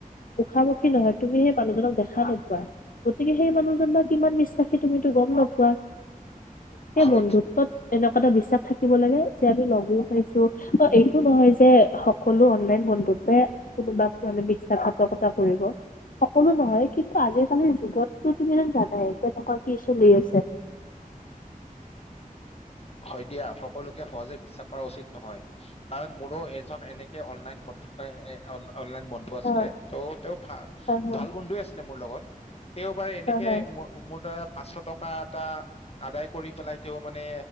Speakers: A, on the left; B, on the left.
A: মুখামুখি নহয় তুমি সেই মানুহজনক দেখা নোকোৱা গতিকে সেই মানুহজন বা কিমান বিশ্বাসী তুমিতো গম নপোৱা।
B: হয়
A: বন্ধুত্বত এনেকুৱা এটা বিশ্বাস থাকিব লাগে যে আমি লগোও খাইছো ত এইটো নহয় যে সকলো অনলাইন বন্ধুতে কোনোবাক মানে বিশ্বাসঘাতকতা কৰিব সকলো নহয় কিন্তু আজিিকালিৰ যুগতো কিিমান দাদাহ কনেকুৱা কি চ লি আছে?
B: হয় দিয়া সকলোকে সহজে বিশ্বাস কৰা উচিত নহয় কাৰণ মোৰো এজন এনেকে অনলাইন বন্ধুক অনলাইন বন্ধু আছিলে
A: অ
B: ত' তেওঁ ভা
A: হয় হয়
B: ভাল বন্ধুে আছিলে মোৰ লগত তেওঁওবাৰে এনেকে
A: হয় হয়
B: মোৰ দাৰা পাঁচশ টকা এটা আদায় কৰি পেলাই তেওঁ। মানে